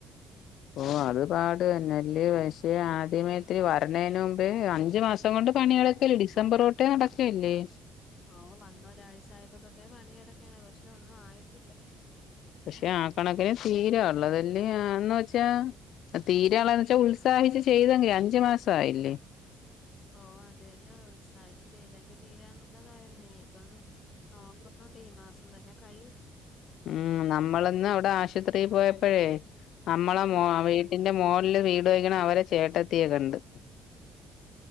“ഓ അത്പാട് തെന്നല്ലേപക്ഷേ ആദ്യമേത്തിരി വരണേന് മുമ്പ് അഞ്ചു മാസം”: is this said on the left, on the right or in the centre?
Left